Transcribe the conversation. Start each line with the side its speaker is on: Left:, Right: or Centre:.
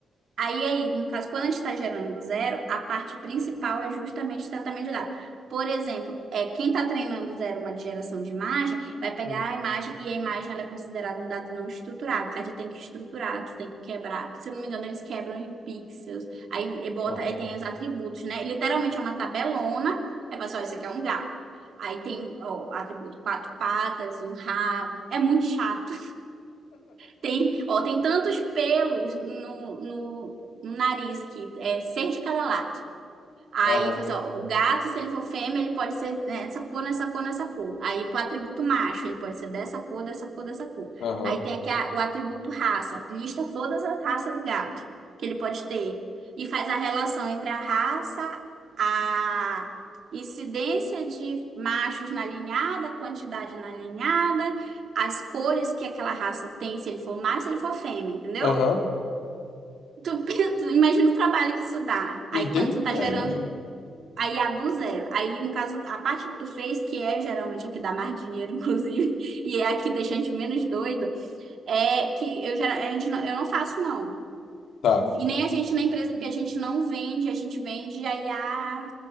Right: Aí, aí, no caso, quando a gente está gerando do zero, a parte principal é justamente o tratamento de dados. Por exemplo, é, quem está treinando do zero uma geração de imagem, vai pegar
Left: Hum.
Right: a imagem e a imagem ela é considerada um dado não estruturado. Aí tu tem que estruturar, tu tem que quebrar. Se eu não me engano, eles quebram em pixels. Aí bota,
Left: Aham.
Right: aí tem os atributos, né? Literalmente é uma tabelona. É pessoal, isso aqui é um gato. Aí tem, ó, atributo quatro patas, um rabo. É muito chato. Tem, ó, tem tantos pelos no, no, no nariz aqui, é seis de cada lado. Aí,
Left: Aham.
Right: falou assim, ó, o gato, se ele for fêmea, ele pode ser nessa cor, nessa cor, nessa cor. Aí, pro atributo macho, ele pode ser dessa cor, dessa cor, dessa cor.
Left: Aham.
Right: Aí tem aqui a- o atributo raça. Lista todas as raças do gato que ele pode ter. E faz a relação entre a raça, a incidência de machos na alinhada quantidade na alinhada as cores que aquela raça tem, se ele for macho, se ele for fêmea, entendeu?
Left: Aham.
Right: Tu, <laughs> tu imagina o trabalho que isso dá.
Left: Entendi?
Right: Aí quando tu tá
Left: É,
Right: gerando
Left: imagina.
Right: Aí a do zero. Aí, no caso, a parte que tu fez, que é geralmente a que dá mais dinheiro, <laughs> inclusive, e é a que deixa a gente menos doido, é que eu, gera- a gente não, eu não faço, não.
Left: Tá.
Right: E nem a gente na empresa, porque a gente não vende, a gente vende aí a